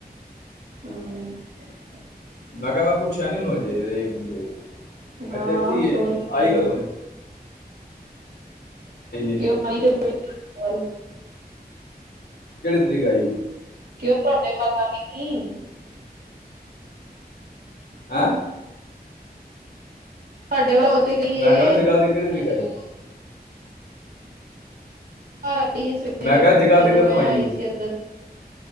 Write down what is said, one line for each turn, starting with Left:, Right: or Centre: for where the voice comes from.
Right: ਹੂੰ
Left: ਮੈਂ ਕਿਹਾ ਮੈਂ ਪੁੱਛਿਆ ਨੀ ਉਹਨੂੰ ਹਜੇ ਰਹੇਗੀ ਨਹੀਂ ਰਹੇਗੀ ਹਲੇ
Right: ਹਾਂ
Left: ਤੇ ਇੱਥੇ ਹੀ
Right: ਸੁਣਦੀ
Left: ਹੈ ਆਈ ਕਦੋਂ
Right: ਆ
Left: ਏ ਹੈ
Right: ਕਿਉਂ ਆਈ ਤੇ ਹੂੰ
Left: ਇੱਕ ਤਰੀਕ ਆਈ ਜੀ
Right: ਕਿਉਂ <unintelligible>
Left: ਹੈਂ
Right: ਤੁਹਾਡੇ ਵੱਲ ਤੇ ਗਈ
Left: ਮੈਂ
Right: ਏ
Left: ਕਹਿੰਦਾ ਜਗ੍ਹਾ ਦੀ ਕਿਹੜੀ ਤਰੀਕ ਆਈ
Right: ਹਾਂ ਆਈਏ ਸਵੇਰੇ
Left: ਮੈਂ ਕਿਹਾ ਜਗ੍ਹਾ
Right: ਜਦੋਂ
Left: ਦੀ ਕਦੋਂ
Right: ਮੈਂ ਆਈ
Left: ਉਹ
Right: ਸੀ ਇੱਧਰ